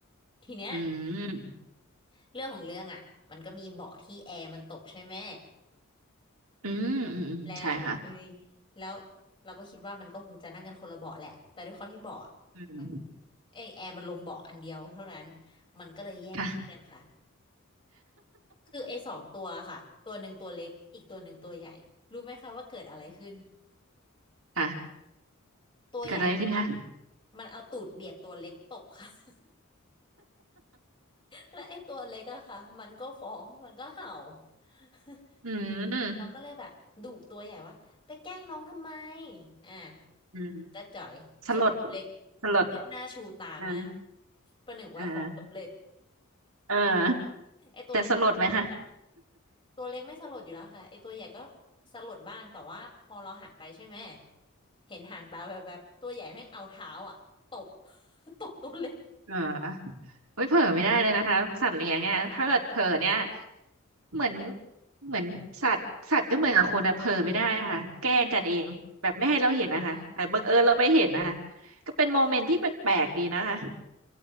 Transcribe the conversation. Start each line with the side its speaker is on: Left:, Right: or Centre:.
Left: ทีเนี้ย
Right: อืม
Left: เรื่องของเรื่องอ่ะมันก็มีเบาะที่แอร์มันตกใช่ไหม
Right: อืมอืมอืมใช่ค่ะ
Left: แล้วเอ้ยแล้วเราก็คิดว่ามันก็คงจะนั่งกันคนละเบาะแหละแต่ด้วยความที่เบาะ
Right: อืม
Left: มันเอยแอร์มันลงเบาะอันเดียวเท่านั้นมันก็เลยแย่งที่กันค่ะ
Right: ค่ะ
Left: คือไอ้สองตัวค่ะตัวหนึ่งตัวเล็กอีกตัวหนึ่งตัวใหญ่รู้ไหมคะว่าเกิดอะไรขึ้น
Right: ค่ะ
Left: ตัวใหญ่ค่ะ
Right: เกิดอะไรขึ้นคะ
Left: มันเอาตูดเบียดตัวเล็กตกค่ะ <laughs> และไอ้ตัวเล็กอะค่ะมันก็ฟ้องมันก็เห่า <laughs>
Right: อืม
Left: เราก็เลยแบบดุตัวใหญ่ว่าไปแกล้งน้องทำไมอ่า
Right: อืม
Left: จะจ่อยส่วนไอ้ตัวเล็ก
Right: สลดสลด
Left: หน้าชูตามาก
Right: อ่า
Left: ประหนึ่งว่าฟ้องสำเร็จ
Right: อ่าเออ
Left: ไอ้ตัวเล็กปากเขียวนะ
Right: แต่สลดไหมคะ
Left: ตัวเล็กไม่สลดอยู่แล้วค่ะไอตัวใหญ่ก็สลดบ้างแต่ว่าพอเราหันไปใช่ไหมเห็นหางตาแบบแบบตัวใหญ่แม่งเอาเท้าอ่ะตบ <laughs> ตบตัวเล็ก
Right: เออโอ้ยเผลอไม่ได้เลยนะคะสัตว์เลี้ยงเนี่ยถ้าเกิดเผลอเนี่ย
Left: ไม่ได้ค่ะ
Right: เหมือนเหมือนสัตว์สัตว์ก็เหมือนกับคนอะเผลอไม่ได้ค่ะแกล้งกันเองแบบไม่ให้เราเห็นนะคะแต่บังเอิญเราไปเห็นนะคะ
Left: ค่ะถูกค่ะ
Right: ก็เป็นโมเมนต์ที่แปลกๆดีนะคะ
Left: ถูกค่ะ